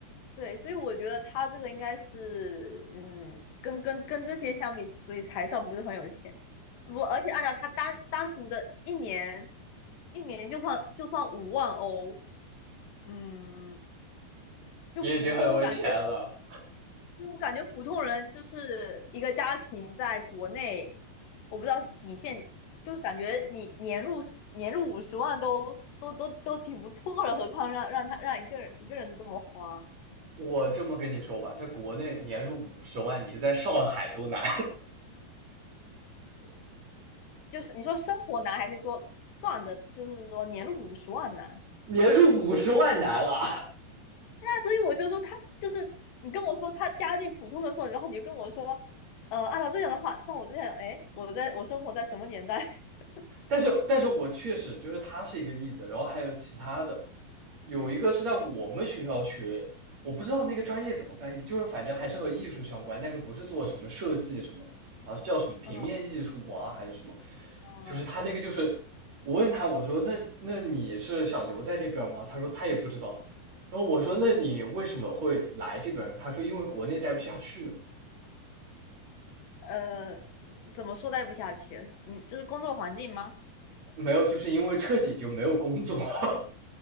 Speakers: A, on the left; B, on the right.
A: 对，所以我觉得他这个应该是嗯，跟跟跟这些相比，所以才算不是很有钱。我而且按照他单单独的一年，一年就算就算五万欧，嗯，就普通我感觉，
B: 也已经很有钱了。
A: 就我感觉普通人就是一个家庭在国内，我不知道底线，就是感觉你年入四年入五十万都都都都挺不错了，何况让让他让一个人一个人就这么花，
B: 我这么跟你说吧，在国内年入五十万，你在上海都难，
A: 就是你说生活难还是说赚的，就是说年入五十万难？
B: <laughs> 年入五十万难了。
A: 所以我就说他就是你跟我说他家境普通的时候，然后你就跟我说，呃，按照这样的话，那我在想，哎，我在我生活在什么年代？<laughs>
B: 但是但是我确实就是他是一个例子，然后还有其他的，有一个是在我们学校学，我不知道那个专业怎么翻译，就是反正还是和艺术相关，但是不是做什么设计什么，啊叫什么平面艺术嘛还是什么，
A: 嗯，哦，
B: 就是他那个就是我问他我说那那你是想留在这边吗？他说他也不知道，然后我说那你为什么会来这边？他说因为国内待不下去，
A: 呃，怎么说待不下去？你就是工作环境吗？
B: 没有就是因为彻底就没有工作。<laughs>